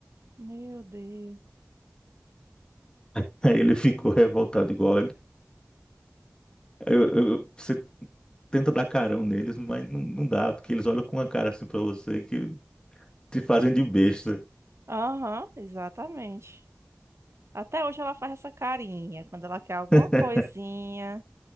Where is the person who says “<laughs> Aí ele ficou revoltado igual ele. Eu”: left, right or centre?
Left